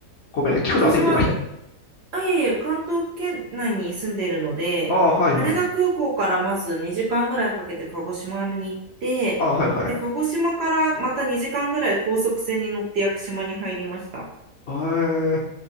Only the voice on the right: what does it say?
私は
あ、いえいえ、関東圏内に住んでるので、
羽田空港からまず2時間ぐらいかけて鹿児島に行って、
で、鹿児島からまた2時間ぐらい高速船に乗って屋久島に入りました。